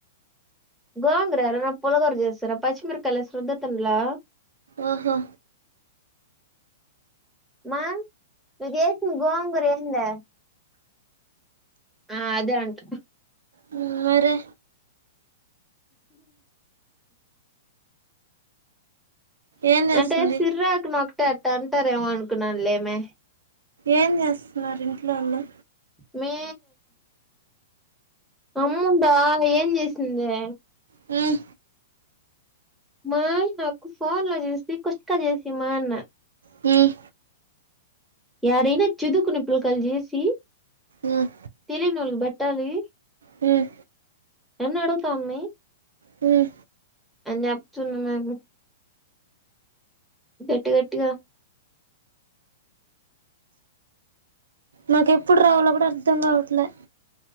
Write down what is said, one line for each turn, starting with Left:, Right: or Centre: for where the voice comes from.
Centre: గోంగరా ఎవరైనా పులగూర చేస్తారా పచ్చిమిరకాయ ఏసి రుద్దపనీలా
Right: ఓహో
Centre: మామ్ నువ్వు చేసిన గొంగూర ఏందే ఆ అదే అంట
Right: హ్మ్మ్ మరే ఏం చేస్తుంది
Centre: అంటే సిర్రాకు నాకు అట్టే అట్ట అంటారేమో అనుకున్నాను లేమే
Right: ఏం చేస్తున్నారు ఇంట్లోళ్ళు
Centre: మే అమ్ముంద ఏం చేసిందే
Right: మ్మ్
Centre: మా నాకు ఫోన్ లో చూసి కుష్క చేసి మా అన్న
Right: హ్మ్మ్
Centre: యాడైనా చదుకునే పిలకయలు చేసి
Right: ఉమ్
Centre: తెలినూలు బట్టాలి
Right: హ్మ్మ్
Centre: నన్ను అడుగుతామీ
Right: హ్మ్మ్
Centre: అని చెప్తుంది మేము గట్టి గట్టిగా
Right: మాకు ఎప్పుడు రావాలో కూడా అర్ధం కావట్లే